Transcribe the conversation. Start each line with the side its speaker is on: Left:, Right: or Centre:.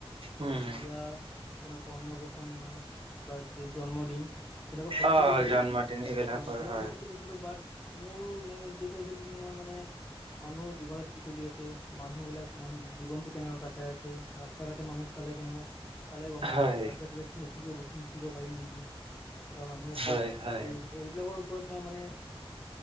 Left: মই
Right: উম
Left: বিয়া তেনেকুৱা অন্নপ্ৰশন। বা জন্মদিন। তেনেকুৱা ফটো
Right: অ
Left: তুলিছিলো
Right: জন্মদিন এইবিলাকৰ
Left: অ' তেনেকুৱা
Right: হয়
Left: ফটো তুলিছিলো বাট। মোৰ মেইন উদ্দেশ্য হৈছে কি মই মানে মানুহৰ জীৱনত কি চলি আছে। মানুহ বিলাক মান জীৱনতটো কেনেকুৱা কটাই আছে, ৰাস্তা ঘাটে মানুহক চালে কেনেকুৱা। ফালে গ'ম পায়,
Right: হয়
Left: তাৰ পৰা কিবা নতুন কিবা বস্তু শিকিব পাৰিম নেকি। বা মানুহে ক'ত
Right: হয়
Left: কি
Right: হয়
Left: কৰি আছে, এইবিলাকৰ ওপৰত মই মানে।